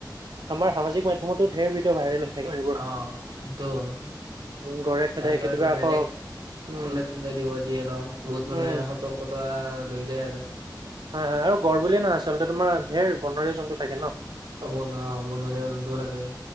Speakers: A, on the right (about 65°); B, on the right (about 85°).
A: আমাৰ সামাজিক মাধ্যমতো ধেৰ ভডিঅ' ভাইৰেল হৈ থাকে ন এইবোৰ।
B: অ', সেইটো হয়,
A: উম, গৰে খেদাই
B: ৰাস্তাই
A: কেতিয়াবা
B: ৰাস্তাই
A: আকৌ
B: ডাইৰেক্ট
A: উম,
B: খুন্দাই চুন্দাই দিব দিয়ে ন বহুত
A: উম,
B: মানে সতৰ্কতা লৈ যায় আৰু।
A: হয়, হয়, আৰু গড় বুলিয়ে নহয় আচলতে তোমাৰ ধেৰ বনৰীয়া জন্তু থাকে ন।
B: অ', বনোৱা বনৰীয়া জন্তুও থাকে।